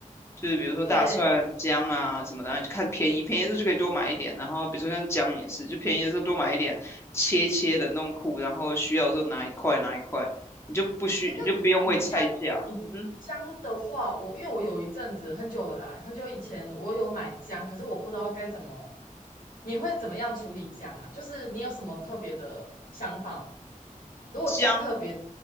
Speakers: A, on the left (about 20°); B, on the left (about 85°).
A: 就是比如说大蒜、
B: 对，
A: 姜啊什么的，然后就看便宜，便宜的时候就可以多买一点。然后比如说像姜也是，就便宜的时候多买一点，切切冷冻库，然后需要的时候拿一块拿一块，你就不需你就不用为菜价。
B: 哎，那你你姜你姜的话，
A: 嗯哼，
B: 我因为我有一阵子很久了啦，很久以前我有买姜，可是我不知道该怎么，你会怎么样处理姜啊？就是你有什么特别的想法吗？如果姜特别，
A: 姜